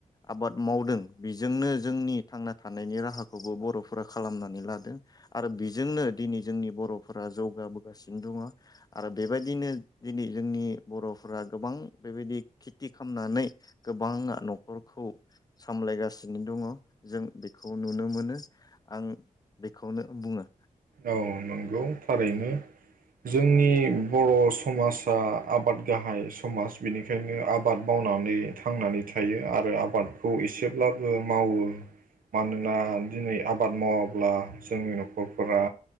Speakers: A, on the left; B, on the right.
A: आबाद मावदों बेजोंनो जोंनि थांना थानायनि राहाखौबो बर'फोरा खालामना नानै लादों आरो बेजोंनो दिनै जोंनि बर'फोरा जौगाबोगासिनो दङ आरो बेबायदिनो दिनै जोंनि बर'फोरा गोबां बेबायदि खिथि खालामनानै गोबाङा न'खरखौ सामलायगासिनो दङ जों बेखौ नुनो मोनो आं बेखौनो बुङो।
B: औ नंगौ। थारैनो जोंनि बर' समाजा आबाद गाहाय समाज बेनिखायनो आबाद मावनानै थांनानै थायो आरो आबादखौ एसेब्लाबो मावो मानोना दिनै आबाद मावाब्ला जोंनि न'खर फोरा